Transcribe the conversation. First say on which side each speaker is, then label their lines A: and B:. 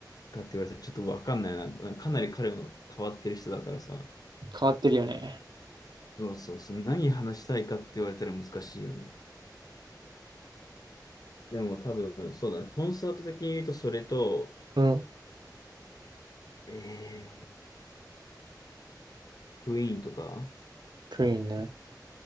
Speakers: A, on the left; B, on the right.
A: かって言われたらちょっとわかんないな。なんかかなり彼も変わってる人だからさ。
B: 変わってるよね。
A: そうそうそう、何話したいかって言われたら難しいよね。でも多分、そうだね、コンサート的に言うと、それと、
B: うん。
A: えー、クイーンとか、
B: クイーンね。